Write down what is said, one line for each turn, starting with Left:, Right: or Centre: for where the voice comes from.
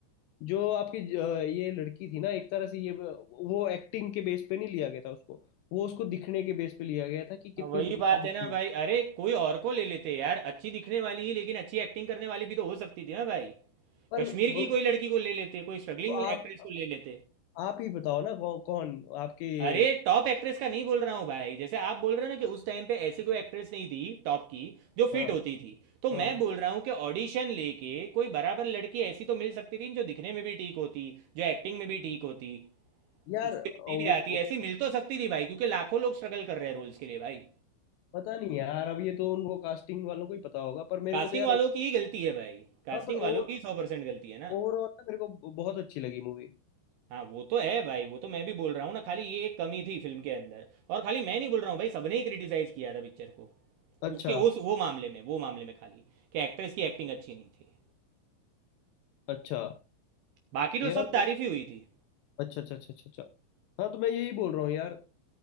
Left: जो आपकी ज- ये लड़की थी ना एक तरह से ये वो एक्टिंग के बेस पे नहीं लिया गया था उसको वो उसको दिखने के बेस पे लिया गया था कि कितनी
Right: हाँ, वही
Left: सुंदर
Right: बात है
Left: दिखती
Right: ना भाई
Left: है
Right: अरे कोई और को ले लेते यार अच्छी दिखने वाली ही लेकिन अच्छी एक्टिंग करने वाली भी तो हो सकती थी ना भाई
Left: पर
Right: कश्मीर
Left: वो-
Right: की कोई लड़की को ले लेते कोई स्ट्रगलिंग
Left: आप
Right: एक्ट्रेस को ले लेते
Left: आप ही बताओ ना कौ, कौन आपके
Right: अरे
Left: उस
Right: टॉप एक्ट्रेस का नहीं बोल रहा हूँ भाई जैसे आप बोल रहे हो ना कि उस टाइम पे ऐसी कोई एक्ट्रेस नहीं थी टॉप की जो फिट
Left: हाँ
Right: होती थी तो मैं
Left: हाँ
Right: बोल रहा हूँ कि ऑडिशन लेके कोई बराबर लड़की ऐसी तो मिल सकती थी जो दिखने में भी ठीक होती जो एक्टिंग में भी ठीक होती
Left: यार
Right: उसको हिंदी
Left: वो
Right: भी आती
Left: वो-
Right: है ऐसी मिल तो सकती थी भाई क्योंकि लाखों लोग स्ट्रगल कर रहे हैं रोल्स के लिए भाई
Left: पता नहीं यार अब ये तो उनको कास्टिंग वालों को ही पता होगा पर मेरे
Right: कास्टिंग
Left: को तो यार
Right: वालों की ही गलती है भाई कास्टिंग
Left: हाँ पर
Right: वालों
Left: ओवर
Right: की सौ परसेंट गलती है ना
Left: ओवरऑल ना मेरे को ब- बहुत अच्छी लगी मूवी
Right: हाँ वो तो है भाई वो तो मैं भी बोल रहा हूँ ना खाली ये एक कमी थी फिल्म के अंदर और खाली मैं नहीं बोल रहा हूँ भाई सबने ही क्रिटिसाइज किया था पिक्चर को
Left: अच्छा
Right: उसके उस वो मामले में वो मामले में खाली कि एक्ट्रेस की एक्टिंग अच्छी नहीं थी
Left: अच्छा
Right: बाकी तो
Left: यार
Right: सब तारीफ ही हुई थी
Left: अच्छा अच्छा अच्छा अच्छा अच्छा हाँ तो मैं यही बोल रहा हूँ यार